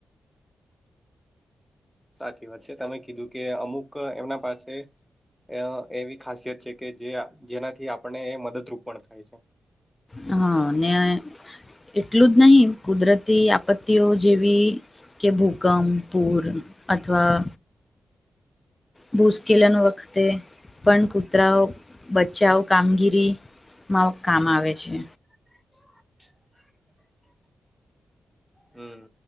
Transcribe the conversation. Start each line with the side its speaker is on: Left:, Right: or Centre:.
Centre: સાચી વાત છે તમે કીધું કે અમુક એમના પાસે અ એવી ખાસિયત છે કે જે જેનાથી આપણે એ મદદરૂપ પણ થાય છે.
Left: હા ને, એટલું જ નહિ. કુદરતી આપત્તિઓ જેવી કે ભૂકંપ પૂર અથવા મુૂશ્કેલન વખતે પણ કૂતરાઓ બચ્ચાઓ કામગીરી મા કામ આવે છે.
Centre: <inaudible> હમ